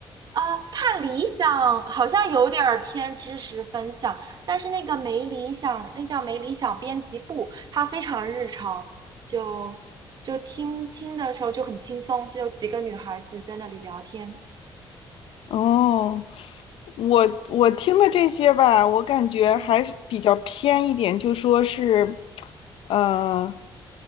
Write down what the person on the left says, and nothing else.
哦，我我听的这些吧，我感觉还是比较偏一点，
就说是，呃，